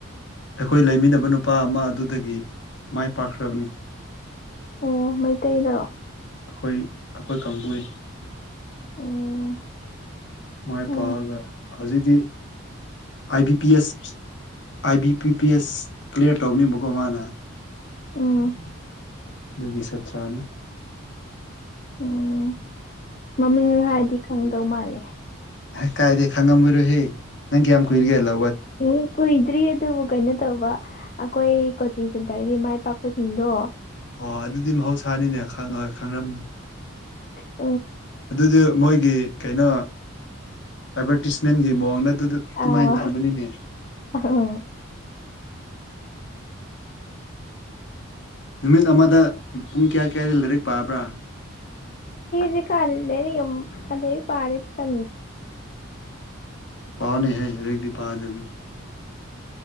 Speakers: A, on the left; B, on the left.
A: ꯑꯩꯈꯣꯏ ꯂꯩꯃꯤꯟꯅꯕ ꯅꯨꯄꯥ ꯑꯃ ꯑꯗꯨꯗꯒꯤ ꯃꯥꯏ ꯄꯥꯛꯈ꯭ꯔꯕꯅꯤ
B: ꯑꯣ ꯃꯩꯇꯩꯗꯣ
A: ꯑꯩꯈꯣꯏ ꯑꯩꯈꯣꯏ ꯀꯥꯡꯕꯨꯏ
B: ꯎꯝ
A: ꯃꯥꯏ
B: ꯎꯝ
A: ꯄꯥꯛꯑꯒ ꯍꯧꯖꯤꯛꯇꯤ I B P S I B P P S clear ꯇꯧꯅꯦꯕꯀꯣ ꯃꯥꯅ
B: ꯎꯝ
A: ꯑꯗꯨꯒꯤ ꯁꯥꯇ꯭ꯔꯥꯅꯤ
B: ꯎꯝ ꯃꯃꯤꯡ ꯍꯥꯏꯔꯗꯤ ꯈꯪꯗꯧ ꯃꯥꯜꯂꯦ
A: ꯍ ꯀꯥꯏꯗꯦ ꯈꯪꯉꯝꯃꯣꯏꯔꯣꯍꯦ ꯅꯪ ꯀꯌꯥꯝ ꯀꯨꯏꯔꯒꯦꯂ
B: ꯎ ꯀꯣꯏ ꯗ꯭ꯔꯤ ꯑꯗꯨꯕꯨ ꯀꯩꯅꯣ ꯇꯧꯕ ꯑꯩꯈꯣꯏ ꯀꯣꯆꯤꯡ ꯁꯦꯟꯇꯔꯒꯤ ꯃꯥꯏ ꯄꯥꯛꯄꯁꯤꯡꯗꯣ
A: ꯑꯣ ꯑꯗꯨꯗꯤ ꯃꯍꯧꯁꯥꯅꯤꯅꯦ ꯈꯪꯔꯝꯅꯤ
B: <unintelligible>
A: ꯑꯗꯨꯗꯤ ꯃꯣꯏꯒꯤ ꯀꯩꯅꯣ ꯑꯦꯠꯚꯔꯇꯤꯁꯃꯦꯟꯒꯤ ꯃꯑꯣꯡꯗ ꯑꯗꯨꯗ ꯑꯗꯨꯃꯥꯏꯅ
B: ꯑꯥꯎ
A: ꯊꯝꯕꯅꯤꯅꯦ
B: ꯑꯩ
A: ꯅꯨꯃꯤꯠ ꯑꯃꯗ ꯄꯨꯡ ꯀꯌꯥ ꯀꯌꯥꯗꯒꯤ ꯂꯥꯏꯔꯤꯛ ꯄꯥꯕ꯭ꯔꯥ
B: ꯗꯤ ꯀꯂꯅꯤ ꯑꯗꯩ ꯄꯥꯔ ꯇ
A: ꯄꯥꯅꯩ ꯍꯥꯏ ꯍꯧꯗꯛꯇꯤ ꯄꯥꯗꯕꯅꯤ